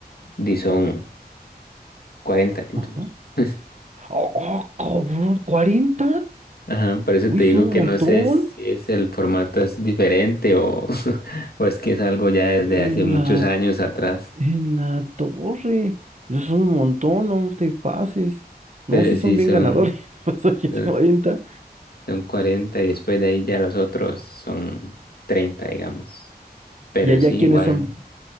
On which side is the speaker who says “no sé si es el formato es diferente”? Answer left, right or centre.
Left